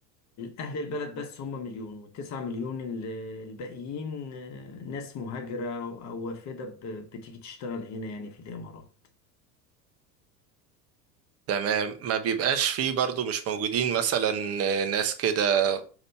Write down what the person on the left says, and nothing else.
أهل البلد بس هم مليون والتسعة مليون ال- الباقيين ناس مهاجرة أو وافدة ب- بتيجي تشتغل هنا يعني في الإمارات